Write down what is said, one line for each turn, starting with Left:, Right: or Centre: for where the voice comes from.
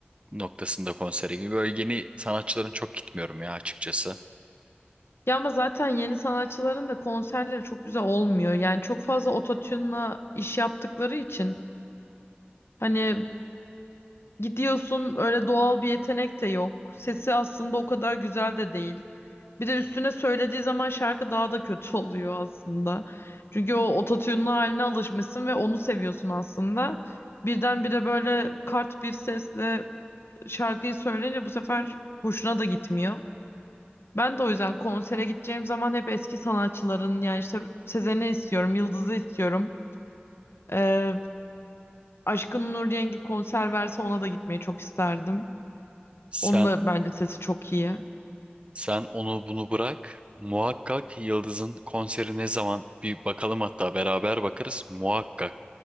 Right: noktasında konsere gibi. Böyle yeni sanatçıların çok gitmiyorum ya açıkçası.
Left: Ya ama zaten yeni sanatçıların da konserleri çok güzel olmuyor. Yani çok fazla ototune'la iş yaptıkları için hani Gidiyorsun öyle doğal bir yetenek de yok. Sesi aslında o kadar güzel de değil. Bir de üstüne söylediği zaman şarkı daha da kötü <laughs> oluyor aslında. Çünkü o ototune'lu haline alışmışsın ve onu seviyorsun aslında. Birdenbire böyle kart bir sesle şarkıyı söyleyince bu sefer hoşuna da gitmiyor. Ben de o yüzden konsere gideceğim zaman hep eski sanatçıların yani işte Sezen'i istiyorum, Yıldız'ı istiyorum. Ee, Aşkın Nur Yengi konser verse ona da gitmeyi çok isterdim.
Right: Sen
Left: Onun da bence sesi çok iyi.
Right: Sen onu bunu bırak. Muhakkak Yıldız'ın konseri ne zaman bir bakalım hatta beraber bakarız. Muhakkak